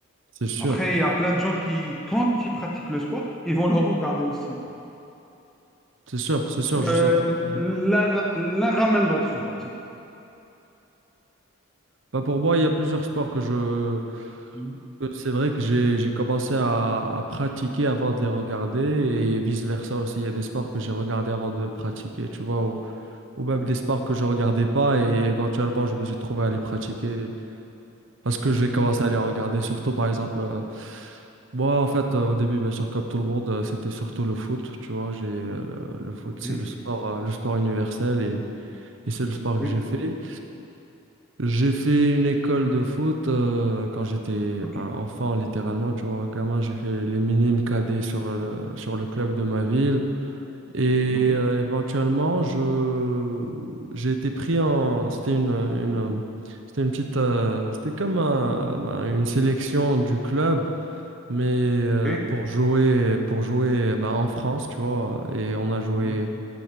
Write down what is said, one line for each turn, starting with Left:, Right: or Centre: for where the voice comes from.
Right: C'est sûr,
Centre: Après, il y a plein de gens qui, quand ils pratiquent le sport, ils vont le regarder aussi.
Right: c'est sûr, c'est sûr, je
Centre: Euh,
Right: suis tout à fait d'accord.
Centre: l'un l'un ramène l'autre, on va dire.
Right: Bah pour moi, il y a plusieurs sports que je
Centre: Mhm.
Right: que c'est vrai que j'ai j'ai commencé à, à pratiquer avant de les regarder et vice versa aussi. Il y a des sports que j'ai regardés avant de les pratiquer, tu vois. ou même
Centre: Ouais.
Right: des sports que je regardais pas et éventuellement je me suis trouvé à les pratiquer parce que j'ai
Centre: Mhm.
Right: commencé à les regarder surtout par exemple euh, moi en fait euh, au début bien sûr comme tout le monde euh, c'était surtout le foot tu vois j'ai euh, le foot
Centre: Ok.
Right: c'est le sport euh, le sport universel et, et c'est le sport
Centre: Oui.
Right: que j'ai fait j'ai fait une école de foot euh, quand j'étais
Centre: Ok.
Right: ben, enfant littéralement tu vois gamin j'ai fait les minimes cadets sur le sur le club de ma ville et
Centre: Ok.
Right: euh, éventuellement, je j'ai été pris en. C'était une, une, c'était une petite. euh, c'était comme un- ben, une sélection du club, mais euh,
Centre: Ok.
Right: pour jouer, pour jouer ben, en France, tu vois. Et on a joué,
Centre: Mhm.